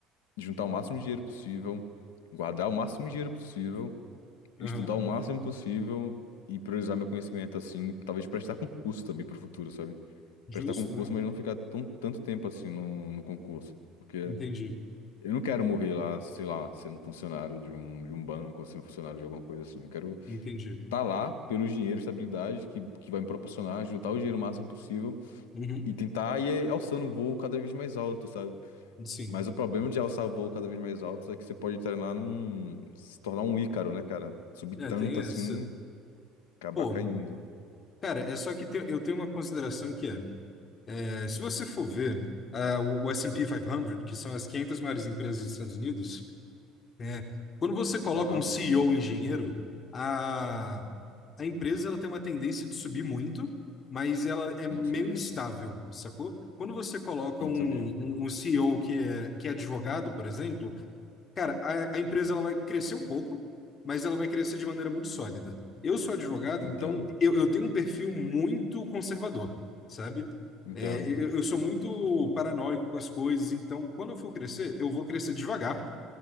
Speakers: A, on the left (about 85°); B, on the left (about 40°).
A: juntar o máximo de dinheiro possível, guardar o máximo de dinheiro possível, estudar
B: Aham.
A: o máximo possível e priorizar meu conhecimento, assim, talvez prestar concurso também pro futuro, sabe?
B: Justo,
A: Prestar concurso,
B: né?
A: mas não ficar tão, tanto tempo assim no, no concurso. Porque.
B: Entendi.
A: Eu não quero morrer lá, sei lá, sendo funcionário de um, de um banco ou sendo funcionário de alguma coisa assim. Eu quero
B: Entendi.
A: estar lá pelo dinheiro, estabilidade que, que vai me proporcionar, juntar o dinheiro o máximo possível
B: Uhum.
A: e tentar ir alçando um voo cada vez mais alto, sabe?
B: Sim.
A: Mas o problema de alçar voo cada vez mais alto é que você pode entrar lá num... se tornar um Ícaro, né, cara? Subir tanto
B: É, tem essa.
A: assim, acabar
B: Pô,
A: caindo.
B: cara, é só que te- eu tenho uma consideração que é. É, Se você for ver, ah, o, o S&P 500, que são as 500 maiores empresas dos Estados Unidos, é, quando você coloca
A: Aham,
B: um CEO engenheiro, a, a empresa ela tem uma tendência de subir muito, mas ela é meio
A: Não sabia.
B: instável, sacou? Quando você coloca
A: Não
B: um,
A: sabia.
B: um, um CEO que é, que é advogado, por exemplo, Cara, a, a empresa ela vai crescer um pouco, mas ela vai crescer de maneira muito sólida. Eu sou advogado,
A: Entendo.
B: então eu, eu tenho um perfil muito conservador, sabe?
A: Entendo.
B: É, eu, eu sou muito paranoico com as coisas, então quando eu for crescer, eu vou crescer devagar.